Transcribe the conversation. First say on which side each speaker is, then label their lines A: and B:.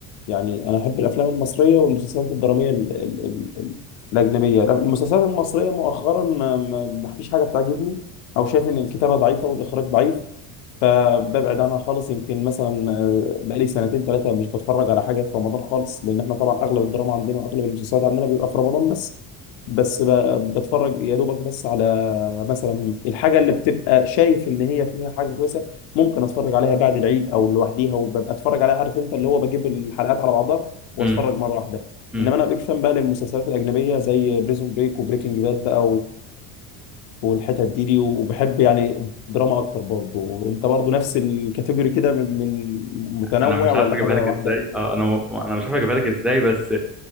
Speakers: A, on the left; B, in the centre.
A: يعني انا احب الافلام المصريه والمسلسلات الدراميه ال ال ال ال الاجنبيه المسلسلات المصريه مؤخرا ما ما- ما فيش حاجه بتعجبني او شايف ان الكتابه ضعيفه والاخراج ضعيف فببعد عنها خالص يمكن مثلا آه، بقالي سنتين ثلاثه مش بتفرج على حاجه في رمضان خالص لان احنا طبعا اغلب الدراما عندنا واغلب المسلسلات عندنا بيبقى في رمضان بس بس ب- بتفرج يا دوبك بس على مثلا الحاجه اللي بتبقى شايف ان هي فيها حاجه كويسه ممكن اتفرج عليها بعد العيد او لوحديها وببقى اتفرج عليها عارف انت اللي هو بجيب الحلقات على بعضها واتفرج
B: امم
A: مره واحده
B: امم
A: انما انا بيج فان بقى للمسلسلات الاجنبيه زي بريزون بريك وبريكنج باد بقى والحتت دي دي وبحب يعني دراما اكتر برضو انت برضو نفس الكاتيجوري كده من من متنوع
B: انا مش
A: ولا
B: عارف اجيبها
A: حاجه واحده
B: لك ازاي اه انا انا مش عارف اجيبها لك ازاي بس